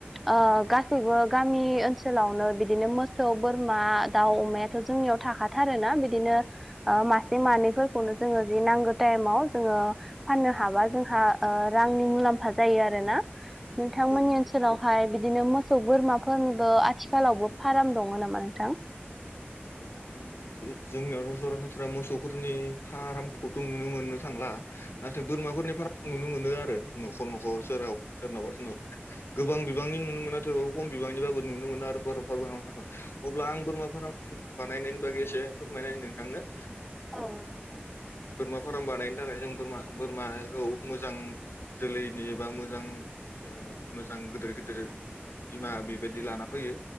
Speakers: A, in the centre; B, on the left.
A: ओ गासैबो गामि ओनसोलावनो बिदिनो मोसौ। बोरमा दाउ अमायाथ' जोंनियाव थाखाथारोना बिदिनो मासे मानै। खौनो जोङो ज नांगौ टाइमाव जोङो फाननो हाबा जोंहा रांनि मुलामफा जायो आरो। आरोना नोंथांमोननि
B: औ औ
A: ओनसोलाव। ओमफ्राय बिदिनो मोसौ बोरमाफोरनिबो आथिखालावबो फाराम दङ नामा नोंथां?
B: आं जोंनियावथ' सरासनस्रा मोसौफोरनि फारामखौथ' नुनो मोननो थांला नाथाय बोरमाफोरनि फारामखौ नुनो मोनो आरो न'खर न'खर सोरहाव सोरनावबा सोरनावबा। गोबां बिबांनि नुनो मोना थेवबाबो खम बिबांनिबाबो नुनो मोना आरो फाराम अब्ला आं बोरमा फाराम बानायनायनि बागै एसे फोरमायना होनि नोंथांनो
A: औ नोंथां।
B: बोरमा फाराम बानायनो थाखाय जों बोरमा बोरमाखौ मोजां जोलैनि एबा मोजां। ओ मोजां गिदिर गिदिर बिमा बेबायदि लाना फैयो।